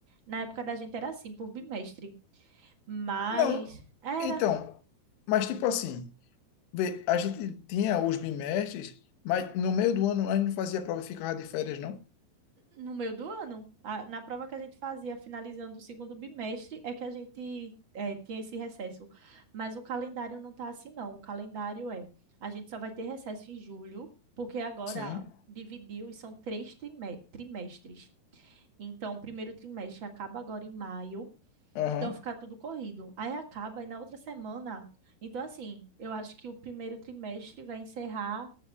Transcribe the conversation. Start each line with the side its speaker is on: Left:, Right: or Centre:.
Right: Na época da gente era assim, por bimestre. Mas
Left: Não,
Right: era.
Left: então, mas tipo assim... Vê, a gente tinha os bimestres, mas no meio do ano a gente não fazia prova e ficava de férias, não?
Right: No meio do ano, a- na prova que a gente fazia, finalizando o segundo bimestre, é que a gente é, tinha esse recesso. Mas o calendário não tá assim, não. O calendário é, a gente só vai ter recesso em julho, porque agora
Left: Sim.
Right: dividiu e são três trime- trimestres. Então, o primeiro trimestre acaba agora em maio,
Left: Aham.
Right: então fica tudo corrido. Aí acaba e na outra semana. Então, assim, eu acho que o primeiro trimestre vai encerrar,